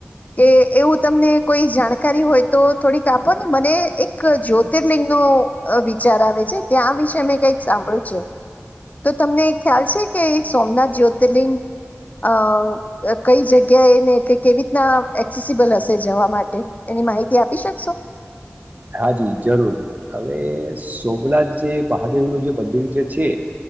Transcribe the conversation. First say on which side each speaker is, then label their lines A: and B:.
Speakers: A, on the left; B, on the right.
A: કે એવું તમને કોઈ જાણકારી હોય તો થોડીક આપો ને, મને એક જ્યોતિર્લિંગ નો અહ વિચાર આવે છે, ત્યાં આ વિશે મેં કંઈક સાંભળ્યું છે. તો તમને ખ્યાલ છે કે એક સોમનાથ જ્યોતિર્લિંગ અહ કઈ જગ્યા એ ને એટલે કેવી રીતના એક્સેસિબલ હશે જવા માટે, એની માહિતી આપી શકશો?
B: હા જી જરૂર. હવે સોમનાથ જે મહાદેવનું જે મંદિર જે છે